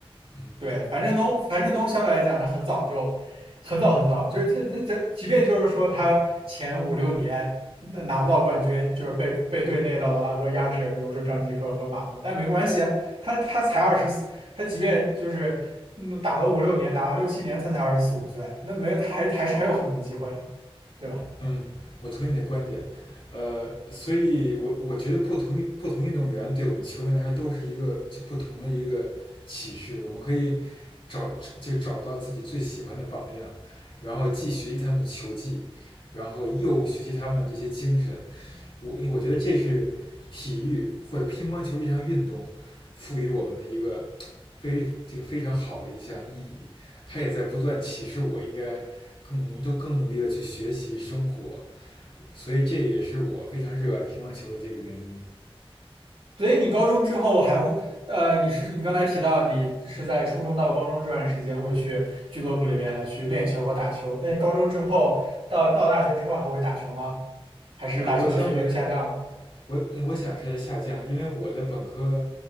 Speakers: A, on the left; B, on the right.
A: 嗯，
B: 对樊振东，樊振东相对来讲，他很早就很早很早，就是他他他，即便就是说他前五六年那拿不到冠军，就是被被队内的老大哥压制，比如说张继科和马龙，但没关系啊，他他才二十四，他即便就是嗯打了五六年，打了六七年，他才二十四五岁，那没有他还还是还有很多机会啊，对吧？
A: 嗯，我同意你的观点，呃，所以我我觉得不同不同运动员对我们球迷来说都是一个就不同的一个启示，我们可以找就找到自己最喜欢的榜样，然后既学习他们的球技，然后又学习他们这些精神。我我觉得这是体育或者乒乓球这项运动赋予我们的一个非这个非常好的一项意义，它也在不断启示我应该更都更努力的去学习生活。所以这也是我非常热爱乒乓球的这个原因。
B: 所以你高中之后还会，呃，你是你刚才提到你是在初中到高中这段时间会去俱乐部里面来去练球和打球。
A: 嗯，
B: 那你高中之后到到大学之后还会打球吗？还是打球的频率又下降了？
A: 呃，我想我我我想是在下降，因为我的本科，